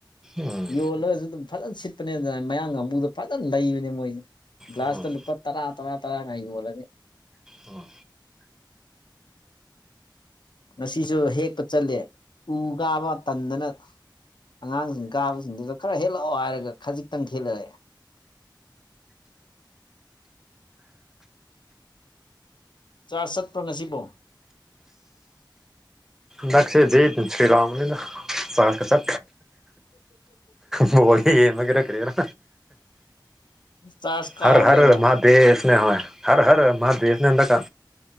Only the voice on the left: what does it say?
ꯌꯣꯜꯂꯒꯁꯨ ꯑꯗꯨꯝ ꯐꯖꯅ ꯁꯤꯠꯄꯅꯦ ꯑꯗꯨꯅ ꯃꯌꯥꯡꯒ ꯀꯥꯡꯕꯨꯗ ꯐꯖꯅ ꯂꯩꯕꯅꯦ ꯃꯣꯏꯁꯦ ꯒ꯭ꯂꯥꯁꯇ
ꯂꯨꯄꯥ ꯇꯔꯥ ꯇꯔꯥ ꯇꯔꯥꯒ ꯌꯣꯜꯂꯅꯤ
ꯉꯁꯤꯁꯨ ꯍꯦꯛꯄ ꯆꯠꯂꯦ ꯎꯒ ꯑꯃ ꯇꯟꯗꯅ ꯑꯉꯥꯡꯁꯤꯡ ꯀꯥꯕꯁꯤꯡꯗꯨꯗ ꯈꯔ ꯍꯦꯜꯂꯛꯑꯣ ꯍꯥꯏꯔꯒ ꯈꯖꯤꯛꯇꯪ ꯍꯦꯠꯂꯛꯑꯦ ꯆꯥ ꯆꯠꯄ ꯉꯁꯤꯕꯣ
ꯆꯥꯔꯖ ꯀꯥꯎꯔꯦꯕ